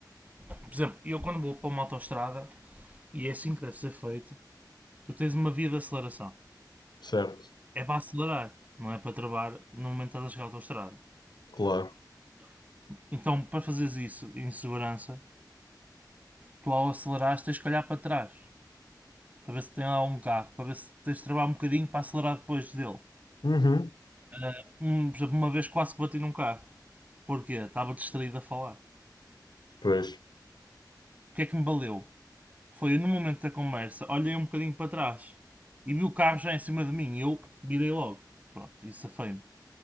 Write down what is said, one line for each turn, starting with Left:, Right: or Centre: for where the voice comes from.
Right: por exemplo, eu quando vou para uma autoestrada, e é assim que deve ser feito, tu tens uma via de aceleração.
Left: certo.
Right: É para acelerar, não é para travar no momento que estás a chegar à autoestrada.
Left: Claro.
Right: Então, para fazeres isso em segurança, tu ao acelerares tens que olhar para trás, para ver se tem lá um carro, para ver se tens de travar um bocadinho para acelerar depois dele.
Left: Uhum.
Right: Ah, um- por exemplo, uma vez quase bati num carro. Porquê? Estava distraído a falar. O
Left: Pois,
Right: que é que me valeu? foi no momento da conversa, olhei um bocadinho para trás e vi o carro já em cima de mim e eu virei logo. Pronto, isso safei-me.